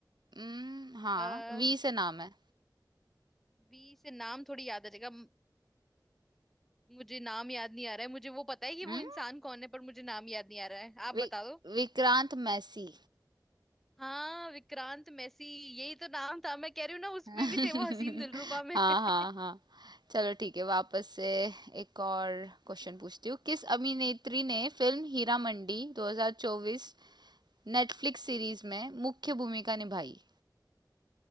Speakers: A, on the right; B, in the centre.
A: हम्म हाँ
B: अः
A: वी से नाम है
B: बी से नाम थोड़ी याद आ जाएगा म- मुझे नाम याद नहीं आ रहा है मुझे वो पता है कि
A: हम्म
B: वो इंसान कौन है पर मुझे नाम याद नहीं आ रहा है आप
A: वि,
B: बता
A: विक्रांत मैसी
B: हाँ विक्रांत मैसी यही तो नाम था मैं कह रही हूँ ना उसमें
A: <laughs>
B: भी थे वो हसीन दिलरुबा में
A: हाँ
B: <laughs>
A: हाँ हाँ चलो ठीक है वापस से एक और क्वेश्चन पूछती हूँ किस अभिनेत्री ने film Heera Mandi 2024 Netflix series में मुख्य भूमिका निभाई